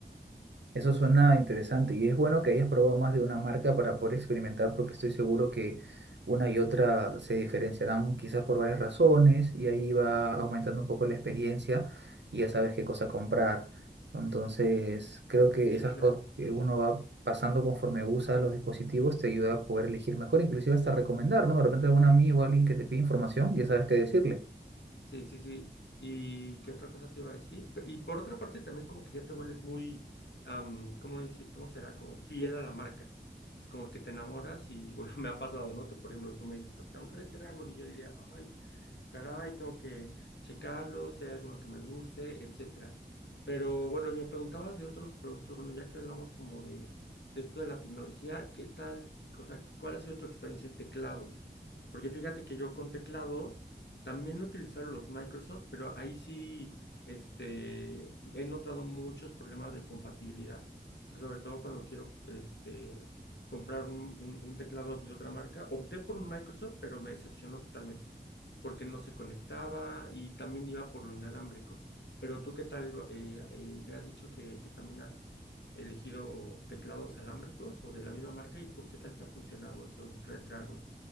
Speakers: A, on the right; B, on the left.
A: Eso suena interesante y es bueno que hayas probado más de una marca para poder experimentar porque estoy seguro que una y otra se diferenciarán quizás por varias razones y ahí va aumentando un poco la experiencia y ya sabes qué cosa comprar. Entonces, creo que
B: Sí,
A: esas
B: claro.
A: cosas que uno va pasando conforme usa los dispositivos te ayuda a poder elegir mejor, inclusive hasta recomendar, ¿no? De repente algún amigo, alguien que te pide información, ya sabes qué decirle.
B: Sí, sí, sí. ¿Y qué otra cosa te iba a decir? Pe- Y por otra parte también como que ya te vuelves muy, am, ¿cómo dice, cómo será? Como fiel a la marca. Es como que te enamoras y bueno, <laughs> me ha pasado, ¿no? Que por ejemplo tú me dices ahorita un Red Dragon y yo diría, ay. caray, tengo que checarlo, si hay alguno que me guste, etcétera. Pero bueno, y me preguntabas de otros productos, bueno, ya que hablamos como de, de esto de la tecnología, ¿qué tal? O sea, ¿cuál ha sido tu experiencia en teclados? Porque fíjate que yo con teclados también he utilizado los Microsoft, pero ahí sí, este, he notado muchos problemas de compatibilidad. O sea, sobre todo cuando quiero, este, comprar un, un un teclado de otra marca. Opté por un Microsoft, pero me decepcionó totalmente porque no se conectaba y también iba por lo inalámbrico. Pero tú, ¿qué tal? Eh, eh, me has dicho que, que también has elegido teclados alámbricos o de la misma marca y cu- ¿qué tal te ha funcionado esos Red Dragon?